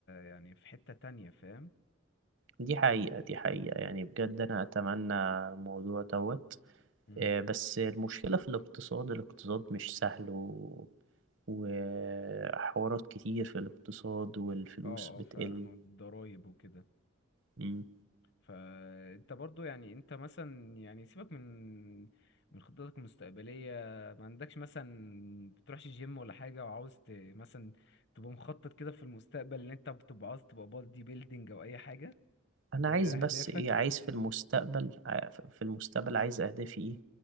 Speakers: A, on the left; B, on the right.
A: يعني في حته تانية فاهم
B: دي حقيقة دي حقيقة يعني بجد انا اتمنى الموضوع دوت
A: مم.
B: آه، بس المشكلة في الاقتصاد الاقتصاد مش سهل و... وحوارات كتير في الاقتصاد والفلوس
A: اه
B: بتقل
A: اه فعلا والضرايب وكده
B: مم.
A: فانت برضو يعني انت مثلا يعني سيبك من من خطتك المستقبلية ما عندكش مثلا بتروحش جيم ولا حاجة وعاوز ت... مثلا تبقى مخطط كده في المستقبل ان انت بتبقى عاوز تبقى بادي بيلدينج او اي حاجة من
B: أنا
A: ضمن
B: عايز
A: اهدافك
B: بس إيه عايز في المستقبل ع- في المستقبل عايز أهدافي إيه